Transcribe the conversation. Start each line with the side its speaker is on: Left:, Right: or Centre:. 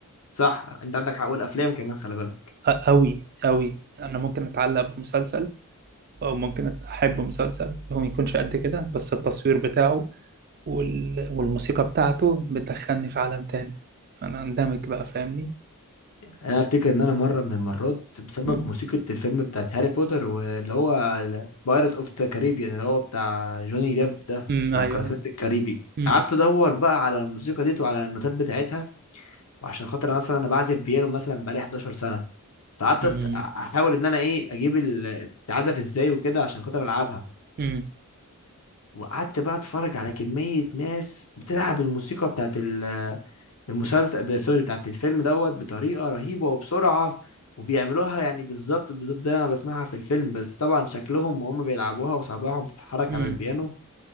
Left: صح انت عندك حق والافلام كمان خلي بالك
Right: قوي قوي انا ممكن اتعلق بمسلسل او ممكن أت- احب مسلسل هو ما يكونش قد كده بس التصوير بتاعه وال... والموسيقى بتاعته بتدخلني في عالم تاني فانا اندمج بقى فاهمني
Left: انا افتكر ان انا مره من المرات بسبب
Right: امم
Left: موسيقى الفيلم بتاعت هاري بوتر واللي هو بايرت اوف ذا كاريبيان اللي هو بتاع جوني ديب ده
Right: أمم،
Left: بتاع
Right: ايوه
Left: قراصنة
Right: ايوه
Left: الكاريبي
Right: امم
Left: قعدت ادور بقى على الموسيقى ديت وعلى النوتات بتاعتها وعشان خاطر انا اصلا انا بعزف بيانو مثلا بقالي 11 سنه فقعدت
Right: امم
Left: أت- احاول ان انا ايه اجيب ال- تتعزف ازاي وكده عشان خاطر العبها
Right: امم
Left: وقعدت بقى اتفرج على كمية ناس بتلعب الموسيقى بتاعت ال- المسلسل ب- سوري بتاعت الفيلم دوت بطريقة رهيبة وبسرعة وبيعملوها يعني بالظبط بالظبط زي ما بسمعها في الفيلم بس طبعا شكلهم وهم بيلعبوها وصابعهم بتتحرك
Right: أمم.
Left: على البيانو